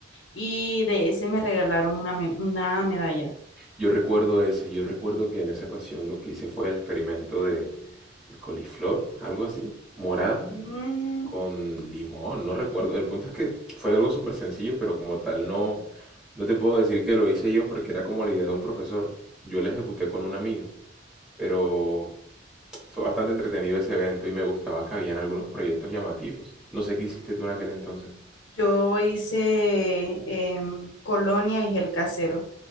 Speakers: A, on the left; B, in the centre.
A: Y de ese me regalaron una, me- una medalla.
B: Yo recuerdo ese, yo recuerdo que en esa ocasión lo que hice fue el experimento de el coliflor, algo así, morado,
A: Mm,
B: con limón, no recuerdo. El punto es que fue algo súper sencillo, pero como tal no, no te puedo decir que lo hice yo porque era como la idea de un profesor. Yo la ejecuté con un amigo, pero fue bastante entretenido ese evento y me gustaba que habían algunos proyectos llamativos. No sé qué hiciste tú en aquel entonces.
A: Yo hice em, colonia y gel casero.